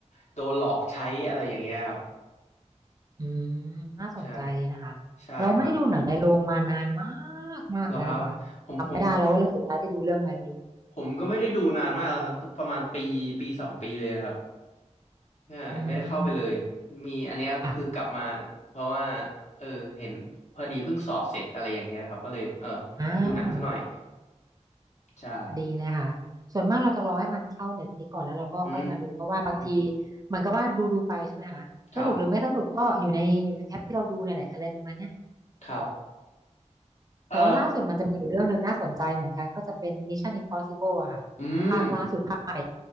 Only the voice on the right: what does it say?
อืมน่าสนใจดีนะคะเราไม่ได้ดูหนังในโรงมานานมา
กมากแล้วค่ะจำไม่ได้แล้วว่าเรื่องสุดท้ายที่ดูเรื่องอะไรไม่รู้
อืม
อ่ะ
อ่า
ดีเลยค่ะ ส่วนมากเราจะรอให้มันเข้าเน็ตฟลิกก่อนแล้วเราก็ค่อยมาดูเพราะว่าบางที
เหมือนกับว่าดูดูไปใช่ไหมคะสนุกหรือไม่สนุกก็อยู่ในอยู่ในแอปที่เราดูเนี่ยแหละอะไรประมาณเนี้ย
แต่ว่าล่าสุดมันจะมีอยู่เรื่องหนึ่งน่าสนใจเหมือนกันก็จะเป็น Mission Impossible อะค่ะภาคล่าสุดภาคใหม่